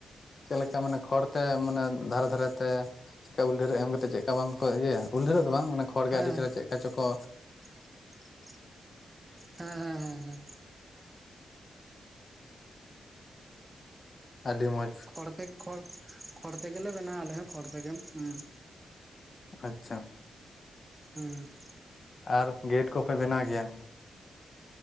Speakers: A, on the left (about 50°); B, on the right (about 25°).
A: ᱪᱮᱫ ᱞᱮᱠᱟ ᱢᱟᱱᱮ ᱠᱷᱚᱲ ᱛᱮ ᱢᱟᱱᱮ ᱫᱷᱟᱨᱮ ᱫᱷᱟᱨᱮ ᱛᱮ? ᱪᱮᱠᱟ ᱩᱞ ᱰᱷᱟᱹᱨ ᱮᱢ ᱠᱟᱛᱮᱫ ᱪᱮᱫᱠᱟ ᱵᱟᱝ ᱠᱚ ᱤᱭᱟᱹᱭᱟ ᱩᱞ ᱰᱷᱟᱹᱨᱮᱨᱚᱜ ᱫᱚ ᱵᱟᱝ ᱚᱱᱟ ᱠᱷᱚᱲ ᱜᱮ
B: ᱦᱮᱸ
A: ᱟᱹᱰᱤ ᱪᱮᱦᱨᱟ ᱪᱮᱫᱠᱟ ᱪᱚᱝ ᱠᱚᱼᱼ
B: <unintelligible> ᱦᱮᱸ ᱦᱮᱸ ᱦᱮᱸ ᱦᱮᱸ
A: ᱟᱹᱰᱤ ᱢᱚᱸᱡᱽ
B: ᱠᱷᱚᱲ ᱛᱮ ᱠᱷᱚᱲ ᱠᱷᱚᱲ ᱛᱮᱜᱮᱞᱮ ᱵᱮᱱᱟᱣᱟ ᱟᱞᱮ ᱦᱚᱸ ᱠᱷᱚᱲ ᱛᱮᱜᱮᱢ ᱦᱮᱸ
A: ᱟᱪᱪᱷᱟ
B: ᱦᱮᱸ
A: ᱟᱨ ᱜᱮᱴ ᱠᱚᱯᱮ ᱵᱮᱱᱟᱣ ᱜᱮᱭᱟ?